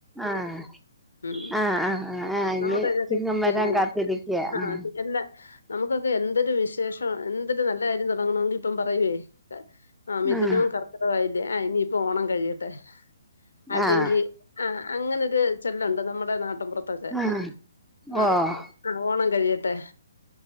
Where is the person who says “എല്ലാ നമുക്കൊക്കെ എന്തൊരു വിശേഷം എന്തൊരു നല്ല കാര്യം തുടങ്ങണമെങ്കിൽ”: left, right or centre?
Left